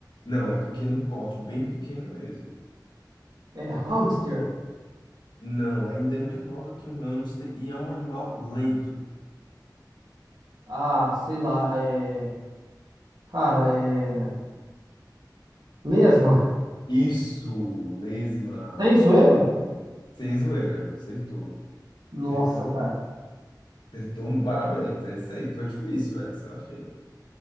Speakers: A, on the left; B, on the right.
A: Não, é pequeno porte, bem pequeno mesmo.
B: É hamster.
A: Não, ainda é menor do que um hamster e é um animal lento.
B: Ah, sei lá, é, cara, é lesma.
A: Isso, lesma.
B: Tem zoeira?
A: Sem zoeira, acertou.
B: Nossa,
A: Acertou,
B: cara.
A: acertou. um Parabéns, é isso aí. Foi difícil essa, eu achei.